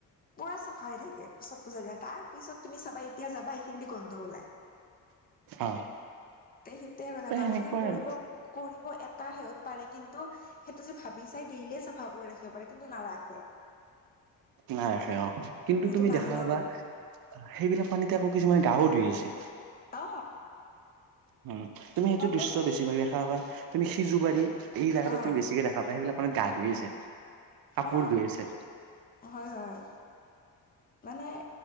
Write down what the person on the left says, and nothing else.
পুৰা চাফা হৈ থাকে, চ'ত পূজাৰ দিনা তাৰ পিছত তুমি চাবা এতিয়া যাবা, এইখিনি দি যাবা গন্ধ ওলাই।
তে, সেইটোৱে মানে মানুহে
কৰিব
কৰিব এটা পাৰে, কিন্তু সেইটো যে ভাবি চাই, দে লেই চ চাফা কৰি ৰাখিব পাৰে, কিন্তু নাৰাখে।
সেইটো
মানুহৰ
ভুল
অ,
চৰ্বতে
অ
অ,
হয়, হয়। মানে